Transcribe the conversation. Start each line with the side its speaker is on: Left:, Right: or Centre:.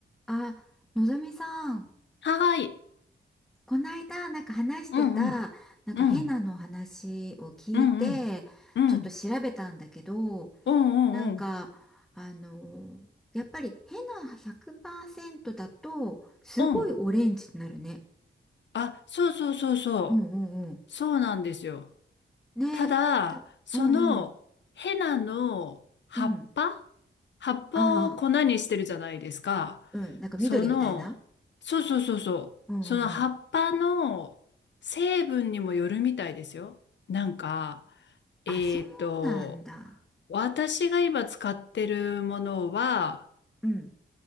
Centre: あ、のぞみさん、
Left: はーい。
Centre: こないだなんか話してた、
Left: うんうん。
Centre: なんか変なの話を聞いて、
Left: うん。うんうん。うん。
Centre: ちょっと調べたんだけど、
Left: うん
Centre: なんか、
Left: うんうん。
Centre: あのやっぱり変な100%だと、すごいオレンジになるね。
Left: うん。あ、そうそうそうそう。
Centre: うんうんう
Left: そうなんですよ。
Centre: ん。ね。
Left: ただ、
Centre: た、
Left: そのヘナの葉っぱ
Centre: うんうん。うん。
Left: 葉っぱを粉にしてるじゃないですか。
Centre: ああ、うん。なんか緑みたいな。
Left: その、そうそうそうそう。
Centre: うんうんうん。
Left: その葉っぱの成分にもよるみたいですよ。なんか、えっと、
Centre: あ、そうなんだ。
Left: 私が今使ってるものは、
Centre: うん。